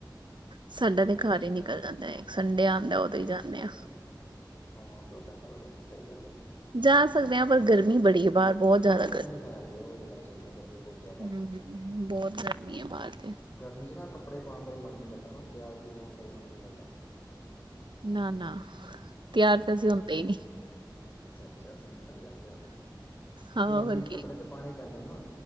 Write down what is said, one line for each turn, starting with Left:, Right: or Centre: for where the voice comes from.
Right: ਸਾਡਾ ਤੇ ਘਰ ਹੀ ਨਿਕਲ ਜਾਂਦਾ ਹੈ ਸੰਡੇ ਆਉਂਦਾ ਉਦੋਂ ਹੀ ਜਾਂਦੇ ਆ।
Left: ਹਾਂ ਤੁਹਾਡਾ ਸਾਰਾ ਦਿਨ ਸਹੀ ਗੱਲ ਇਹ।
Right: ਜਾ ਸਕਦੇ ਹਾਂ, ਪਰ ਗਰਮੀ ਬੜੀ ਹੈ ਬਾਹਰ। ਬਹੁਤ ਜ਼ਿਆਦਾ
Left: ਹਾਂ ਗਰਮੀ ਤਾਂ ਹੇਗੀ ਉਹ ਤਾਂ ਗੱਲ ਸਹੀ ਹੈ, ਗਰਮੀ ਬਹੁਤ ਜ਼ਿਆਦਾ
Right: ਗਰਮੀ
Left: ਹੈ
Right: ਬਹੁਤ ਗਰਮੀ ਹੈ ਬਾਹਰ ਤੇ
Left: ਗਰਮੀ ਚ ਨਾ ਕੱਪੜੇ ਪਾਉਣ ਦਾ ਵੀ ਮਨ ਨਹੀ ਕਰਦਾ ਨਾ, ਤਿਆਰ ਤਉਰ ਹੋਣ ਦਾ ਵੀ ਮਨ ਨੀ ਕਰਦਾ।
Right: ਨਾ ਨਾ, ਤਿਆਰ
Left: ਹਾਂਜੀ
Right: ਤੇ ਅਸੀਂ ਹੁੰਦੇ ਹੀ ਨਹੀਂ।
Left: ਅੱਛਾ ਅੱਛਾ ਸਿੰਪਲ ਈ ਰਹਿੰਦੇ ਹੋ,
Right: ਹਾਂ
Left: ਜੀ ਔਨਜ
Right: ਹੋਰ
Left: ਵੀ
Right: ਕੀ
Left: ਕੱਪੜੇ ਤੇ ਪਾਉਣੇ ਹੀ ਪੈਂਦੇ ਨੇ ਨਾ।